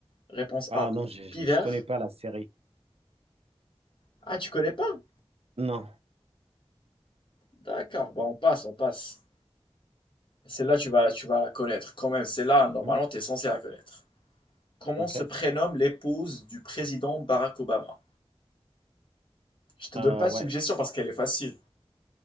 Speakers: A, on the left (about 55°); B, on the right (about 75°).
A: Réponse
B: Ah,
A: A.
B: non, je, je,
A: Pivert.
B: je connais pas la série.
A: Ah, tu connais pas?
B: Non.
A: D'accord. Bah, on passe, on passe. Celle-là, tu vas, tu vas la connaître quand même. Celle-là, normalement,
B: Mhm.
A: t'es censé la connaître. Comment
B: Ok.
A: se prénomme l'épouse du président Barack Obama? Je te donne
B: Euh,
A: pas
B: ouais.
A: de suggestion parce qu'elle est facile.